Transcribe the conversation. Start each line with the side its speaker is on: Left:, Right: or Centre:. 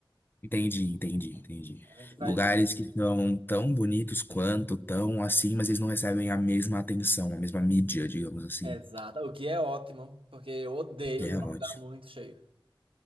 Left: Entendi, entendi, entendi.
Right: A gente vai.
Left: Lugares que são tão bonitos quanto, tão assim, mas eles não recebem a mesma atenção, a mesma mídia, digamos assim.
Right: Exato, o que é ótimo, porque eu odeio
Left: Que
Right: ir
Left: é
Right: para
Left: ótimo.
Right: lugar muito cheio.